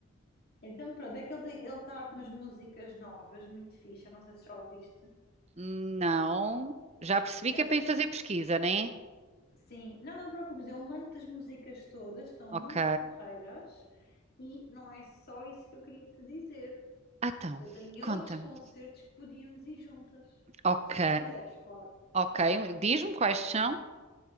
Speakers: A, on the left; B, on the right.
A: Então, pronto, é que ele tem, ele está com umas músicas novas, muito fixe. Eu não sei se já ouviste.
B: Não. Já percebi
A: Então,
B: que é para ir fazer pesquisa, né?
A: sim, não, não te preocupes, eu mando as músicas todas, estão
B: Ok.
A: muito porreiras e não é só isso que eu queria te dizer.
B: Então,
A: Eu tenho
B: conta-me.
A: outros concertos que podíamos ir juntas,
B: Ok.
A: se tu quiseres, claro.
B: Ok. Diz-me quais são.